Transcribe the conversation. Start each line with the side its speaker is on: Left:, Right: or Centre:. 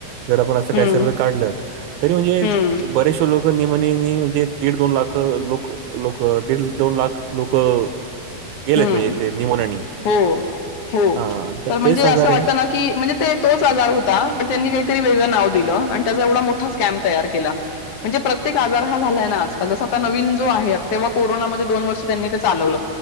Right: जर आपण असं
Left: हम्म
Right: काही सर्व काढलं... तरी म्हणजे
Left: हम्म
Right: बरेच लोकं निमोनियानी म्हणजे दीड दोन लाखं.. लोक... लोक दीड दोन लाख लोकं गेलेत
Left: हम्म...
Right: म्हणजे ते निमोनियानी.
Left: हो... हो...
Right: हां,
Left: तर म्हणजे...
Right: तेच आजार
Left: असं वाटतं
Right: आहे.
Left: ना की म्हणजे ते... तोच आजार होता... त्यांनी काहीतरी वेगळं नाव दिलं... आणि त्याचा एवढा मोठा स्कॅम तयार केला. म्हणजे प्रत्येक आजार हा झालाय ना आजकाल... जसं आता नवीन जो आहे आता... तेव्हा कोरोनामध्ये दोन वर्ष त्यांनी ते चालवलं